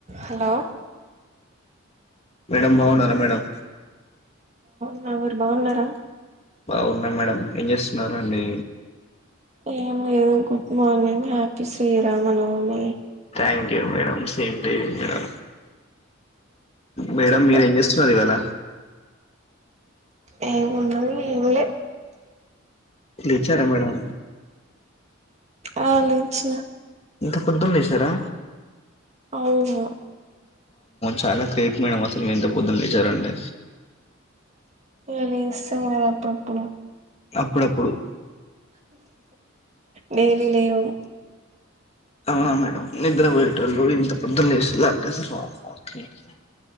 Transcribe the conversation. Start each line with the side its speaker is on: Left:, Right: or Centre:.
Right: Hello
Left: madam బాగున్నారా madam
Right: మీ వారు బాన్నారా
Left: బాగున్నా మేడం ఏం చేస్తున్నారు అండి
Right: ఏం లేదు good morning happy Srirama Navami
Left: thank you madam same to you madam madam
Right: చెప్ప
Left: మీరు ఏం చేస్తున్నారు ఇవాళ
Right: ఏముందండి ఎమ్లే
Left: లేచారా మేడం
Right: ఆ లేచా
Left: ఇంత పొద్దున లేసారా
Right: అవును
Left: చాలా గ్రేట్ మేడమ్ అసలు మీరు ఇంతా పొద్దున లేచరంటే
Right: ఏ ఇగా లెస్థాగా అప్పుడుప్పుడు
Left: అప్పుడప్పుడు
Right: డైలీ లేవం
Left: అవునా మేడం నిద్ర పోయేటోళ్ళు ఇంత పొద్దున లేసి అంటే షాకింగ్